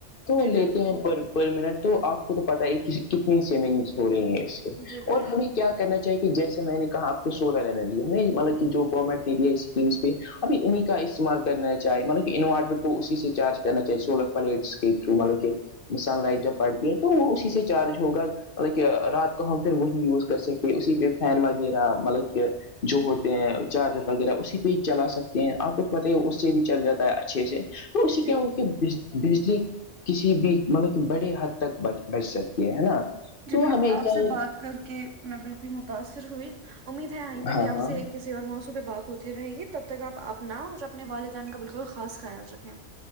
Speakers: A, on the left; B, on the right.
A: تو
B: جی
A: لیتے
B: بالکل
A: ہیں پر پر منٹ تو آپ تو پتا ہے کتنی سیونگس ہو رہی ہیں اس سے
B: جی بالکل
A: اور ہمیں کیا کرنا چاہے کہ جیسے میں نے کہا آپ کو سولر انرجی ہم مطلب کہ جو گورنمنٹ نے دیا اسکیمس پہ ابھی انہیں کا استعمال کرنا چاہیے مطلب کہ انورٹر کو اسی سے چارج کرنا چاہے سولر پلیٹس کے تھرو مطلب کہ سن لائٹ جب پڑتی ہے تو وہ اسی سے چارج ہوگا مطلب کہ رات کو ہم پھر وہی یوز کر سکتے اسی پہ فین وغیرہ مطلب کہ جو ہوتے ہیں چارجر وغیرہ اسی پہ ہی چلا سکتے ہیں آپ کچھ پتہ ہے اس سے بھی چل جاتا ہے اچھے سے تو اس
B: جی
A: کیا ہو
B: بالکل
A: کہ بجلی کسی بھی مطلب کہ بڑے حد تک بچ سکتی ہے ہے نا
B: جی
A: تو
B: بالکل،
A: ہمیں
B: آپ
A: چاہیے
B: سے بات کر کے میں بالکل متاثر ہوئی امید ہے آئندہ
A: ہاں
B: بھی آپ
A: ہاں
B: سے کسی اور موضوع پہ بات ہوتی رہے گی تب تک آپ اپنا اور اپنے والدین کا بالکل خاص خیال رکھیں